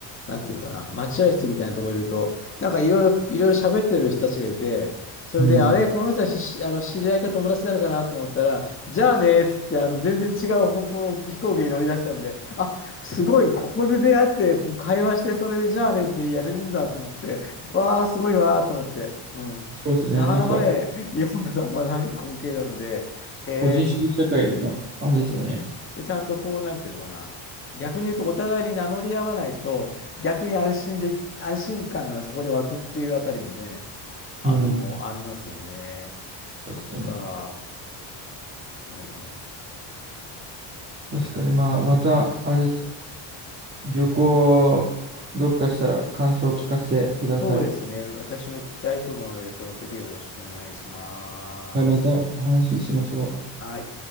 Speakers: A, on the left; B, on the right.
A: なんていうのかな、待合室みたいなところにいると、なんかいろいろ、いろいろ喋ってる人たちがいて、それで、
B: うん。
A: あれ、この人たちしあの知り合いか友達なのかなと思ったら、じゃあねーっつって、あの、全然違う方向の飛行機に乗り出したんで、あ、すごい、ここで出会って、こう会話して、それでじゃあねってやれるんだと思って、わー、すごいわーと思って。うん。
B: そうですね。
A: なかなかね、
B: なんか、
A: 日本だとあんまない光景なので、へえと思って。
B: 個人主義社会のあれですよね。
A: うん。で、ちゃんとこう、なんていうのかな。逆に言うと、お互いに名乗り合わないと、逆に安心でき、安心感がそこで湧くっていうあたりもね、あの、
B: うん。
A: ありますよね。そっか。
B: 確かに。
A: えー
B: 確かに、まあ、また、
A: うん
B: あれ、旅行、どっかしたら感想を聞かせてください。
A: そうですね。私も聞きたいと思うので、その時よろしくお願いします。
B: はい、またお話ししましょう。
A: はい。